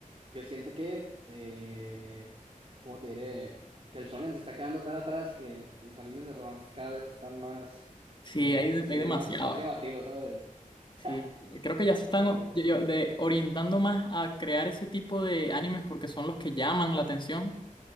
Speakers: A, on the right (about 40°); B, on the left (about 35°).
A: Yo siento que, eh, ¿cómo te diré? Que el shonen se está quedando tan atrás que los animes de romance cada vez están más,
B: Sí,
A: eh,
B: hay, de-
A: se
B: hay
A: ven
B: demasiado.
A: más, más llamativos, ¿sabes?
B: Sí,
A: <laughs>
B: creo que ya se están
A: Eh,
B: o- yo- de- orientando más a crear ese tipo de animes porque son los que llaman la atención